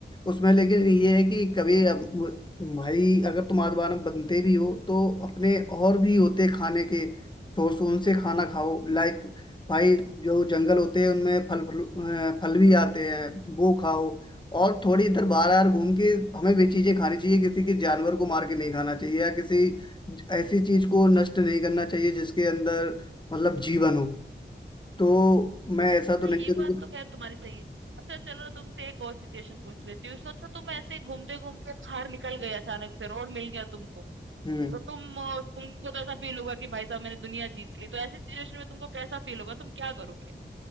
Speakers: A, on the left; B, on the right.
A: उसमें लेकिन ये है कि कभी अब मु- भाई अगर तुम आत्मानव बनते भी हो तो अपने और भी होते खाने के सोर्स उनसे खाना खाओ लाइक भाई जो जंगल होते हैं उनमें फल फल अ, फल भी आते हैं वो खाओ और थोड़ी इधर बाहर बाहर घूम के हमें वे चीजें खानी चाहिए किसी के जानवर को मार के नहीं खाना चाहिए या किसी ऐसी चीज को नष्ट नहीं करना चाहिए जिसके अंदर मतलब जीवन हो तो मैं ऐसा तो
B: हाँ
A: नहीं
B: ये
A: करूंगा
B: बात तो खैर तुम्हारी सही है अच्छा चलो तुमसे एक और सिचुएशन पूछ लेती हूँ सोचो तुम ऐसे घूमते घूमते बाहर निकल गए अचानक से रोड मिल गया तुमको
A: हम्म
B: तो तुम अ, तुमको तो ऐसा फील होगा कि भाई साहब मैंने दुनिया जीत ली तो ऐसी सिचुएशन में तुमको कैसा फील होगा तुम क्या करोगे